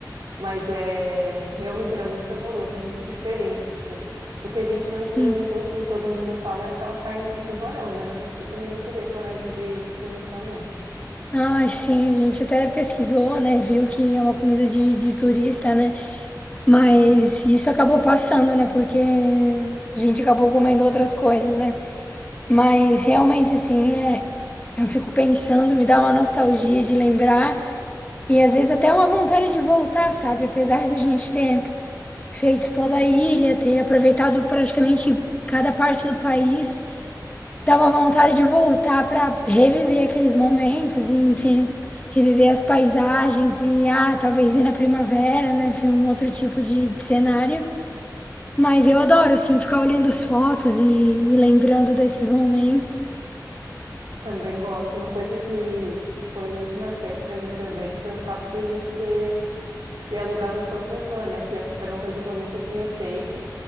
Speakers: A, on the right; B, on the left.
A: Mas é, realmente era muito saboroso, muito diferente, assim. O que a gente
B: Sim.
A: não experimentou, que todo mundo fala, é aquela carne de tubarão, né? Mas acho que eu também não teria coragem de de experimentar, não.
B: Ai, sim, a gente até pesquisou, né? Viu que é uma comida de, de turista, né? Mas isso acabou passando, né? Porque a gente acabou comendo outras coisas, né? Mas realmente, assim, é, eu fico pensando, me dá uma nostalgia de lembrar. E às vezes até uma vontade de voltar, sabe? Apesar de a gente ter feito toda a ilha, ter aproveitado praticamente cada parte do país, dá uma vontade de voltar para reviver aqueles momentos e, enfim, reviver as paisagens e, ah, talvez ir na primavera, né? Foi um outro tipo de, de cenário. Mas eu adoro, assim, ficar olhando as fotos e, e lembrando desses momentos.
A: Também gosto. Uma coisa que, que foi muito marcante para mim também foi o fato da gente ter, ter alugado a campervan, né? Que era uma coisa que eu nunca tinha feito.